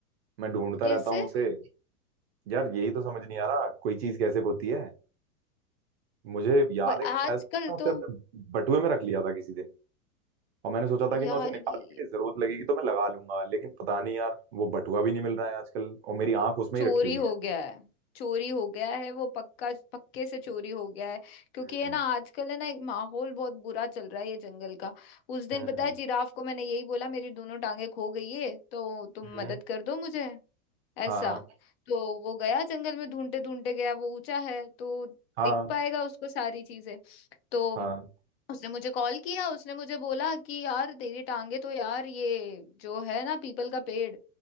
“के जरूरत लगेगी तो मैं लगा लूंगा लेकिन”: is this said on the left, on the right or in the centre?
Right